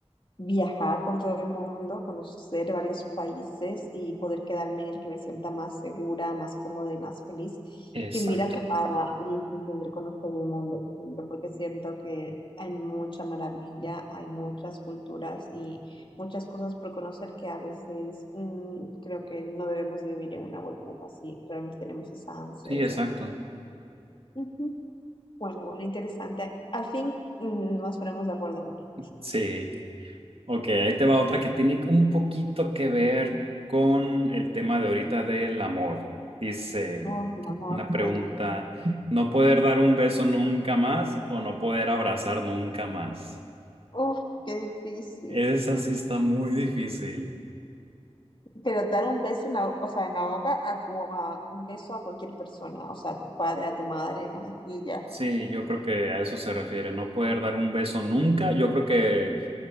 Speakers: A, on the left; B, on the right.
A: viajar por todo el mundo, conocer varios países y poder quedarme en el que me sienta más segura, más cómoda y más feliz
B: Exacto.
A: que vivir atrapada y sin poder conocer el mundo, exterior, porque siento que hay mucha maravilla, hay muchas culturas y muchas cosas por conocer que a veces mm, creo que no debemos de vivir en una burbuja si realmente tenemos esa ansia
B: Sí,
A: de
B: exacto.
A: salir. Ujú. Bueno, bueno, interesante. Al fin mm, nos ponemos de acuerdo en una.
B: Sí. Ok, ahí te va otra que tiene un poquito que ver con el tema de ahorita del amor. Dice
A: Oh, mi amor,
B: una pregunta,
A: venga.
B: ¿no poder dar un beso nunca más o no poder abrazar nunca más?
A: Uf, qué difícil.
B: Esa sí está muy difícil.
A: Pero dar un beso en la, o sea, en la boca a, tu- a un beso a cualquier persona, o sea, a tu padre, a tu madre, en la mejilla,
B: Sí, yo creo que a eso se refiere, no poder dar un beso nunca. Yo creo que